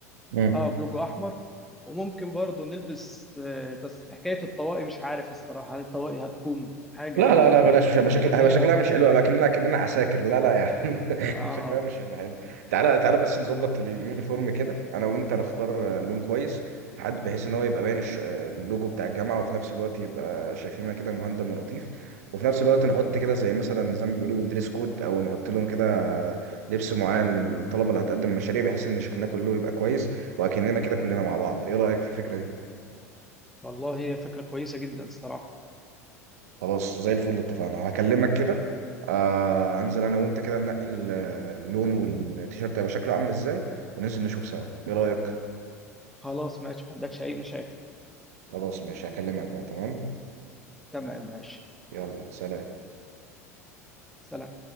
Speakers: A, on the right; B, in the centre.
A: مم.
B: اه بلوجو احمر وممكن برضه نلبس آه، بس حكايه الطواقي مش عارف الصراحه هل الطواقي هتكون حاجه
A: لا لا لا بلاش مش هيبقى شكل
B: ايجابيه
A: هيبقى شكلها
B: ولا
A: مش
B: سلبيه
A: حلو هيبقى كأننا كأننا عساكر لا لا يعني <laughs>
B: اه
A: شكلها مش هيبقى حلو تعالى تعالى بس نظبط اليونيفورم كده انا وانت نختار آه، لون كويس في حد بحيث ان هو يبقى باين الش- آه، اللوجو بتاع الجامعة وفي نفس الوقت يبقى شكلنا كده مهندم ولطيف وفي نفس الوقت نحط كده زي مثلا زي ما بيقولوا دريس كود او نحط لهم كده لبس معين للطلبة اللي هتقدم مشاريع بحيث ان شكلنا كله يبقى كويس واكننا كده كلنا مع بعض ايه رأيك في الفكرة دي
B: والله هي فكره كويسه جدا الصراحه
A: خلاص زي الفل اتفقنا هكلمك كده آه انزل انا وانت كده ننقي ال- اللون والتيشيرت هيبقى شكله عامل ازاي وننزل نشوف سوا ايه رأيك
B: خلاص ماشي ما عندكش اي مشاكل
A: خلاص ماشي هكلمك بقى تمام
B: تمام ماشي
A: يلا سلام
B: سلام